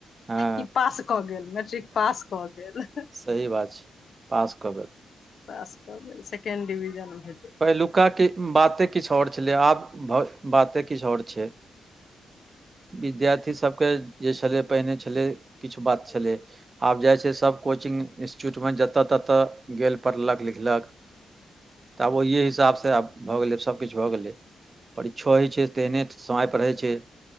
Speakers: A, on the right (about 35°); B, on the left (about 60°).
A: हँ
B: ई पाह कऽ गेल मैट्रिक पास कऽ गेल
A: सही बात छै पास कऽगेल
B: पास कऽ गेल सेकेंड डिविजन भेलै
A: पहिलुका कि बाते किछ और छलै आब भ बाते किछ और छै विद्यार्थी सभके जे छलै पहिने छलै किछ बात छलै आब जाइ छै सब कोचिंग इन्स्टिट्यूटमे जतऽ ततऽ गेल पढ़लक लिखलक तऽ आब ओहि हिसाबसँ आब भऽ गेलै सभ किछ भऽ गेलै परीक्षो होइ छै तेहने समय पर होइ छै